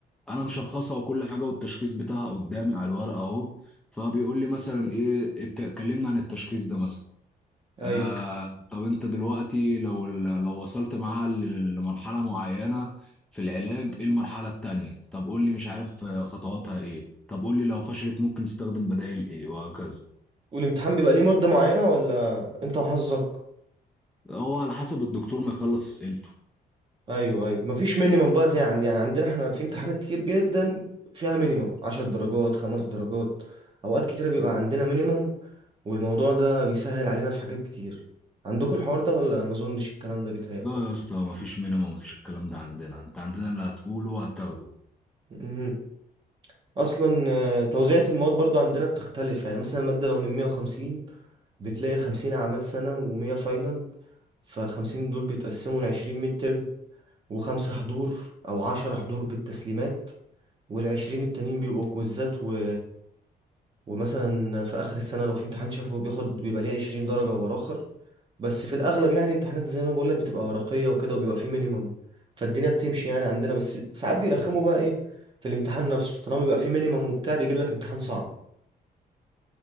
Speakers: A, in the centre; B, on the right.
A: انا مشخصها وكل حاجه والتشخيص بتاعها قدامي على الورقه اهو فبيقول لي مثلا ايه ات- كلمنا عن التشخيص ده مثلا
B: ايوه
A: آه طب انت دلوقتي لو ال- لو وصلت معاها ل- لمرحله معينه في العلاج ايه المرحله التانيه طب قول لي مش عارف آه، خطواتها ايه طب قول لي لو فشلت ممكن نستخدم بدائل ايه وهكذا
B: والامتحان بيبقى ليه مده معينه ولا انت وحظك
A: هو على حسب الدكتور ما يخلص اسئلته
B: ايوه ايوه مفيش مينيمم بقى زي عن... يعني عندنا احنا في امتحانات كتير جدا فيها مينيمم 10 درجات خمس درجات اوقات كتيره بيبقى عندنا مينيمم والموضوع ده بيسهل علينا في حاجات كتير عندكم الحوار ده ولا ما اظنش الكلام ده بيتهيألي
A: لا يا اسطى مفيش مينيمم مفيش الكلام ده عندنا انت عندنا اللي هتقوله هتاخده
B: مهم. اصلا آه، توزيعة المواد برضو عندنا بتختلف يعني مثلا المادة لو من 150 بتلاقي ال 50 اعمال سنة و100 فاينل فال 50 دول بيتقسموا ل 20 ميد ترم وخمسة حضور او 10 حضور بالتسليمات والعشرين التانيين بيبقوا كويزات و... ومثلا في آخر السنة لو في امتحان شافه بياخد بيبقى ليه عشرين درجة ورا آخر بس في الأغلب يعني امتحانات زي ما بقولك بتبقى ورقية وكده وبيبقى فيه مينيمم فالدنيا بتمشي يعني عندنا بس ساعات بيرخموا بقى إيه في الامتحان نفسه طالما بيبقى فيه مينيمم وبتاع بيجيب لك امتحان صعب